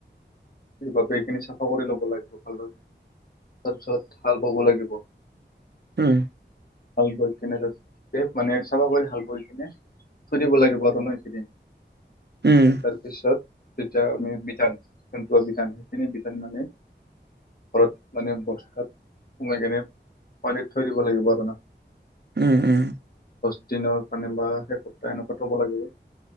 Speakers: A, on the left (about 50°); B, on the right (about 65°).
A: সেইবাবে এইখিনি চাফা কৰি লব লাগিব ভালদৰে তাৰপিছত হাল বাব লাগিব
B: হম
A: ভাল বৈ কেনে আছ মানে চাফা কৰি হাল বৈ কিনে <unintelligible> দিব লাগিব আৰু ন এইখিনি
B: উম
A: <unintelligible> যেতিয়া আমি বিধান বিধান সেইখিনি বিধান মানে ঘৰত মানে বস্তাত সোমাই কেনে <unintelligible> থৈ দিব লাগিব আৰু না
B: উম উম
A: দ দিনৰ কাৰণে বা সে সপ্তাহ এনেকুৱা থব লাগিব